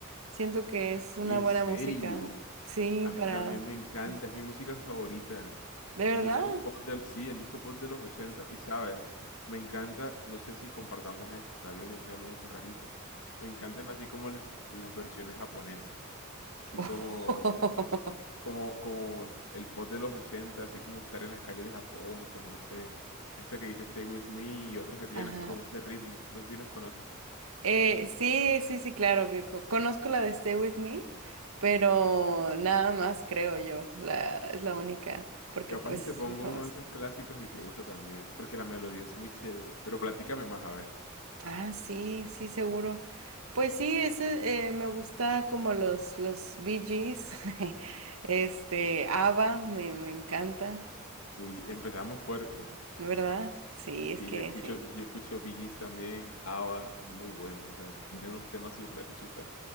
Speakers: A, on the right; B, on the left.
A: siento que es una
B: Oye, ¿en
A: buena
B: serio?
A: música, sí,
B: A mí
A: para,
B: también me encanta,
A: sí,
B: es mi música favorita.
A: ¿de verdad?
B: El disco pop del, sí, el disco pop de los 80. Y sabes, me encanta, no sé si compartamos esto, tal vez yo sea el único rarito. Me encantan así como las, las versiones japonesas, así como,
A: <laughs>
B: como, como el pop de los 80, así como estar en las calles de Japón, como no sé, esta que dice Stay With Me y otras que tienen
A: Ajá.
B: así como este ritmo. No sé si las conoces.
A: Eh, sí, sí, sí, claro, que co- conozco la de Stay With Me, pero nada más creo yo, la, es la única, porque
B: Capaz
A: pues
B: y te pongo
A: muy famosa.
B: uno de esos clásicos y te gusta también, porque la melodía es muy chévere. Pero platícame más, a ver.
A: Ah, sí, sí, seguro. Pues sí, ese eh, me gusta como los los Bee Gees, <laughs> este, ABBA, me, me encanta,
B: Uy, empezamos fuerte.
A: ¿verdad? Sí,
B: Sí,
A: es que
B: yo escucho,
A: sí,
B: yo escucho Bee Gees también, ABBA, muy bueno. O sea, tiene unos temas súper, súper,